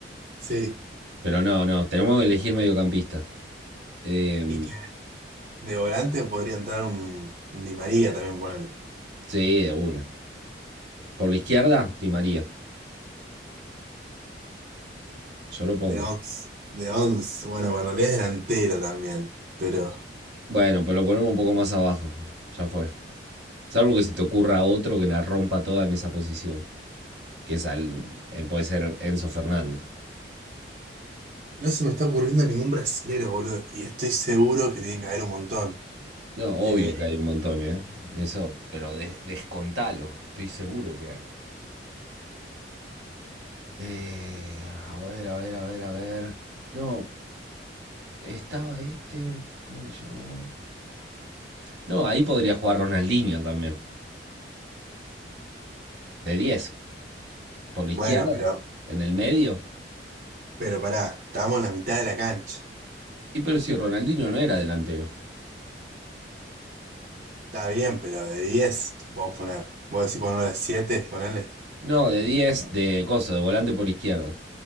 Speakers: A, on the right; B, on the right.
A: Sí.
B: Pero no, no, tenemos que elegir mediocampista. Eh,
A: Y que de volante podría entrar un, un Di María también, ponele.
B: sí, de una. Por la izquierda, Di María. Yo lo pongo.
A: De 11, De 11. bueno, en realidad es delantero también, pero...
B: Bueno, pero lo ponemos un poco más abajo. Ya fue. Salvo que se te ocurra otro que la rompa toda en esa posición. Que es al- eh, puede ser Enzo Fernández.
A: No se me está ocurriendo ningún brasilero, boludo. Y estoy seguro que tiene que haber un montón.
B: No, obvio
A: Eh,
B: que hay un montón, ¿eh? Eso, pero des- descontalo. Estoy seguro que hay. Eh, a ver, a ver, a ver, a ver. No, estaba este. ¿Cómo se llamaba? No, ahí podría jugar Ronaldinho también. De 10, Por la izquierda,
A: bueno, pero,
B: en el medio.
A: pero pará, estamos en la mitad de la cancha.
B: Y pero si Ronaldinho no era delantero.
A: Está bien, pero de 10 lo podemos poner. Vos decís ponerlo de 7 ponele.
B: No, de diez, de cosa, de volante por izquierda.